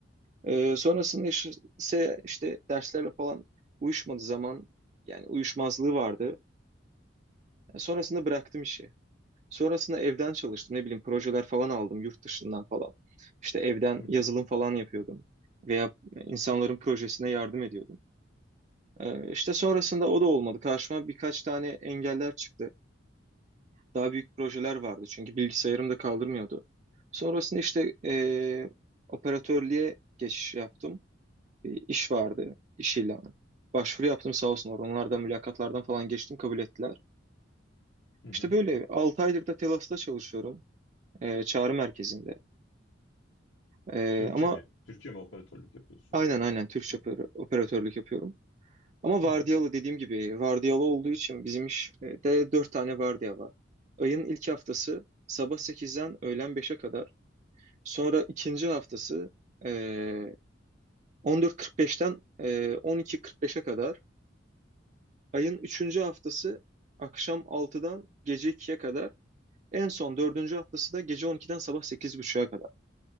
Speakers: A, on the right; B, on the left.
A: Ee, sonrasında iş- ise işte derslerle falan uyuşmadığı zaman yani uyuşmazlığı vardı. Yani sonrasında bıraktım işi. Sonrasında evden çalıştım. Ne bileyim projeler falan aldım yurt dışından falan. İşte evden
B: Hı hı.
A: yazılım falan yapıyordum. Veya insanların projesine yardım ediyordum. Ee, işte sonrasında o da olmadı. Karşıma birkaç tane engeller çıktı. Daha büyük projeler vardı çünkü bilgisayarım da kaldırmıyordu. Sonrasında işte ee, operatörlüğe geçiş yaptım. bir iş vardı, iş ilanı. Başvuru yaptım sağ olsunlar. Onlardan mülakatlardan falan geçtim kabul ettiler.
B: Hı hı.
A: İşte böyle 6 aydır da Telas'ta çalışıyorum. e, çağrı merkezinde. E,
B: Türkçe
A: ama
B: mi? Türkçe mi operatörlük yapıyorsun?
A: aynen aynen Türkçe
B: Hı
A: oper- operatörlük yapıyorum. Ama vardiyalı
B: hı.
A: dediğim gibi vardiyalı olduğu için bizim işte 4 tane vardiya var. Ayın ilk haftası sabah sekizden öğlen beşe kadar. Sonra ikinci haftası e, 14.45'ten e, 12.45'e kadar. Ayın üçüncü haftası akşam altıdan gece ikiye kadar. En son dördüncü haftası da gece on iki'den sabah 8.30'a kadar.